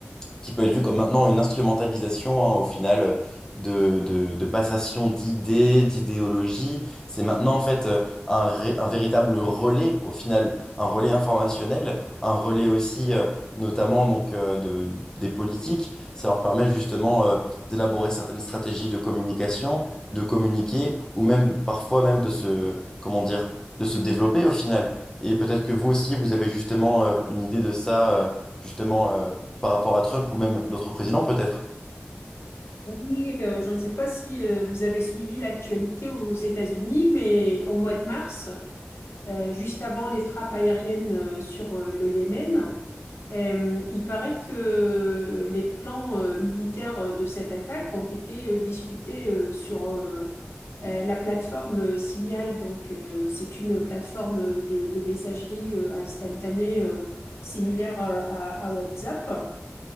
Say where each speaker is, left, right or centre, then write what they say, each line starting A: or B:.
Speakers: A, on the left; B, on the left.
A: qui peut être vu comme maintenant une instrumentalisation, hein, au final, euh, de, de, de passation d'idées, d'idéologies. C'est maintenant, en fait, euh, un, ré- un véritable relais, au final, un relais informationnel, un relais aussi, euh, notamment, donc, euh, de, des politiques. Ça leur permet, justement, euh, d'élaborer certaines stratégies de communication, de communiquer, ou même, parfois, même de se, comment dire, de se développer, au final. Et peut-être que vous aussi, vous avez justement, euh, une idée de ça, euh, justement, euh, par rapport à Trump ou même d'autres présidents peut-être?
B: Et, euh, je ne sais pas si euh, vous avez suivi l'actualité aux États-Unis, mais au mois de mars, euh, juste avant les frappes aériennes euh, sur euh, le Yémen, Euh, il paraît que les plans euh, militaires euh, de cette attaque ont été euh, discutés euh, sur euh, euh, la plateforme euh, Signal. Donc, euh, c'est une plateforme de, de messagerie euh, instantanée euh, similaire à, à- à WhatsApp.